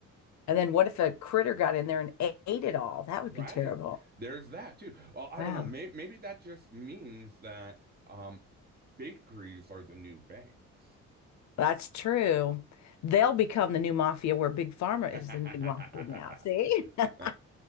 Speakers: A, on the left (about 65°); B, on the right (about 30°).
A: And then what if a critter got in there and a- ate it all? That would
B: Right.
A: be terrible.
B: There's that too. Well, I
A: Wow.
B: don't know. May maybe that just means that um, bakeries are the new banks.
A: That's true. They'll become the new mafia where Big Pharma
B: <laughs>
A: is the new mafia now. See? <laughs>
B: Right.